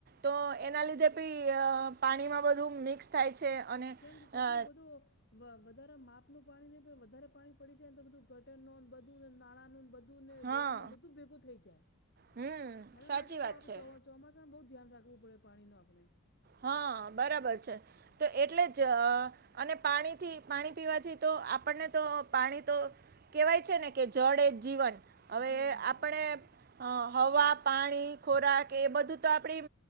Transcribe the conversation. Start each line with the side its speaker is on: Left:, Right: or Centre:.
Right: તો એના લીધે બી પાણીમાં બધું મિક્સ થાય છે અને
Left: કેમ કે કેટલું
Right: અ
Left: બધું વધારે માપનું પાણી નહી પણ વધારે પાણી પડી જાય ને તો બધું ગટર નોંધ બધું નાણાં નોંધ બ ધૂ ડેમ
Right: હા
Left: બધું ભેગું થઈ જાય
Right: હમ
Left: એના
Right: સાચી
Left: માટે
Right: વાત છે
Left: આ ચોમાસાનું બહુ ધ્યાન રાખવું પડે પાણીનો આપણે.
Right: હા બરાબર છે તો એટલે જ અને પાણીથી પાણી પીવાથી તો આપણને તો પાણી તો કેવાય છે ને કે જળ એ જીવન હવે
Left: જીવન
Right: આપણે
Left: જ હાચી વાત
Right: હ હવા પાણી ખોરાક એ બધું તો આપડી